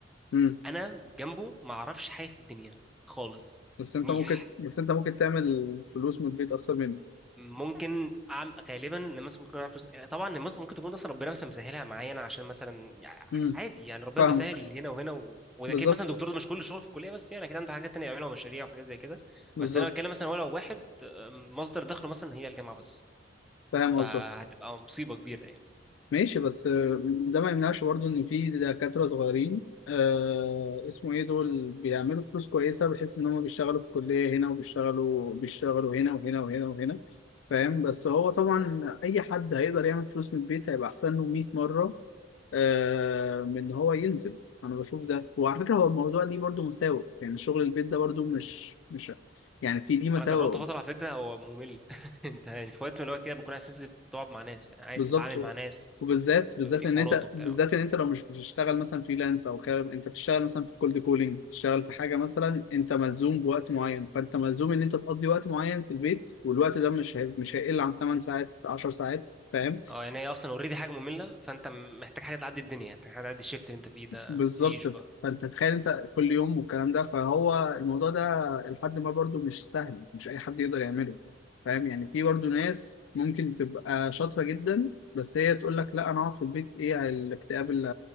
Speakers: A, on the left; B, in the centre.
A: امم
B: انا جنبه ما اعرفش حاجه في الدنيا خالص
A: بس انت
B: ميح
A: ممكن بس انت ممكن تعمل فلوس من البيت اكتر مني
B: ممكن أعمل غالبا ان مثلا ممكن اعمل فلوس يعني طبعا إن مثلا ممكن تكون اصلا ربنا مثلا مسهلها معايا انا عشان مثلا يع-
A: امم
B: عادي يعني ربنا
A: فاهمك
B: بيسهل هنا وهنا و... وده
A: بالظبط
B: اكيد مثلا الدكتور ده مش كل شغل في الكليه بس يعني اكيد عنده حاجات تانية يعملها ومشاريع وحاجات زي كده
A: بالظبط
B: بس انا بتكلم مثلا ولو واحد أم، مصدر دخله مثلا هي الجامعه بس
A: فاهم
B: فهتبقى
A: قصدك
B: مصيبه كبيره يعني
A: ماشي بس آه، ده ما يمنعش برضو ان في دكاترة صغيرين آه اسمه ايه دول بيعملوا فلوس كويسة بحيث ان هم بيشتغلوا في كلية هنا وبيشتغلوا بيشتغلوا هنا وهنا وهنا وهنا فاهم بس هو طبعا اي حد هيقدر يعمل فلوس من البيت هيبقى احسن له 100 مرة آه من ان هو ينزل انا بشوف ده وعلى فكرة هو الموضوع دي برضو مساوئ يعني شغل البيت ده برضو مش مش يعني في دي مساوئ
B: انا جربت فتره على فكره هو ممل <laughs> انت يعني في وقت من الوقت كده بكون عايز تنزل تقعد مع ناس يعني عايز
A: بالظبط
B: تتعامل
A: و-
B: مع ناس
A: وبالذات بالذات
B: في
A: ان
B: حوارات
A: انت
B: وبتاع
A: بالذات ان انت لو مش بتشتغل مثلا فريلانس او كده انت بتشتغل مثلا في كولد كولينج بتشتغل في حاجه مثلا انت ملزوم بوقت معين فانت ملزوم ان انت تقضي وقت معين في البيت والوقت ده مش هي... مش هيقل عن 8 ساعات 10 ساعات فاهم
B: اه يعني هي اصلا اوريدي حاجه ممله فانت م- محتاج حاجه تعدي الدنيا محتاج حاجه تعدي الشيفت اللي انت فيه ده
A: بالظبط
B: مفيش بقى
A: فانت تخيل انت كل يوم والكلام ده فهو الموضوع ده لحد ما برضو مش سهل مش اي حد يقدر يعمله فاهم يعني في برضو ناس ممكن تبقى شاطرة جدا بس هي تقول لك لا انا اقعد في البيت ايه الاكتئاب اللي,